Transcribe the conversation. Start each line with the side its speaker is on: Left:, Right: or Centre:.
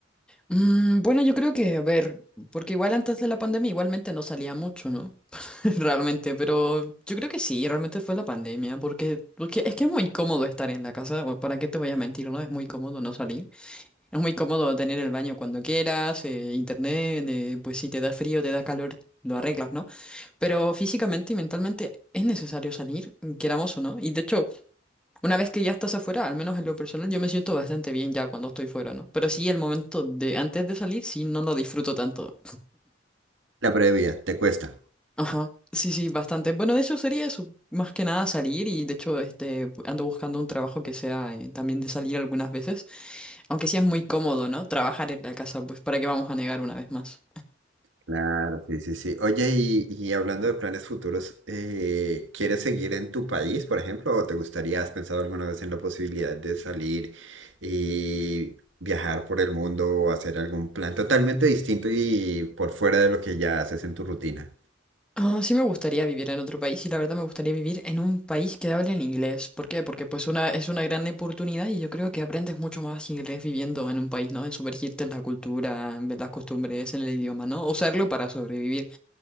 Centre: Mm, bueno, yo creo que, a ver, porque igual antes de la pandemia igualmente no salía mucho, ¿no? <laughs> Realmente, pero yo creo que sí, realmente fue la pandemia, porque, porque es que es muy cómodo estar en la casa, bueno, ¿para qué te voy a mentir, no? Es muy cómodo no salir. Es muy cómodo tener el baño cuando quieras, eh, internet, eh, pues si te da frío, te da calor, lo arreglas, ¿no? Pero físicamente y mentalmente es necesario salir, queramos o no. Y de hecho, una vez que ya estás afuera, al menos en lo personal, yo me siento bastante bien ya cuando estoy fuera, ¿no? Pero sí, el momento de antes de salir, sí, no lo disfruto tanto.
Right: La previa, ¿te cuesta?
Centre: Ajá, sí, sí, bastante. Bueno, de hecho sería eso, más que nada salir y de hecho este, pu- ando buscando un trabajo que sea eh, también de salir algunas veces, aunque sí es muy cómodo, ¿no? Trabajar en la casa, pues para qué vamos a negar una vez más.
Right: Claro, sí, sí, sí. Oye, y, y hablando de planes futuros, eh, ¿quieres seguir en tu país, por ejemplo, o te gustaría, has pensado alguna vez en la posibilidad de salir y viajar por el mundo o hacer algún plan totalmente distinto y por fuera de lo que ya haces en tu rutina?
Centre: Ah, sí me gustaría vivir en otro país y la verdad me gustaría vivir en un país que hable en inglés. ¿Por qué? Porque pues una, es una gran oportunidad y yo creo que aprendes mucho más inglés viviendo en un país, ¿no? En sumergirte en la cultura, en ver las costumbres, en el idioma, ¿no? Usarlo para sobrevivir.